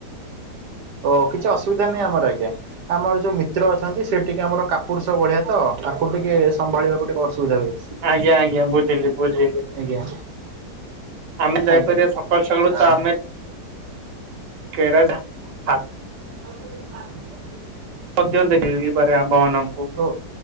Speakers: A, on the right; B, on the right.
A: ଓ କିଛି ଅସୁବିଧା ନାହିଁ ଆମର ଆଜ୍ଞା। ଆମର ଯୋଉ ମିତ୍ର ଅଛନ୍ତି ସେ ଟିକେ ଆମର କାପୁରସ ଭଳିିଆ ତ ତାକୁ ଟିକେ ସମ୍ଭାଳିବାକୁ ଟିକେ ଅସୁବିଧା ହୁଏ।
B: ଆଜ୍ଞା ଆଜ୍ଞା ବୁଝିଲି ବୁଝିଲି।
A: ଆଜ୍ଞା।
B: ଆମେ ଦାଇପରି
A: ଆଜ୍ଞା
B: ସକାଳୁ ସକାଳୁ
A: ଆ
B: ତ ଆମେ କେରା ହାତୀ
A: <inaudible>
B: ମଧ୍ୟ ଦେ ମିଳିପାରେ ଆମ୍ଭ ମାନଙ୍କୁ।
A: ଓ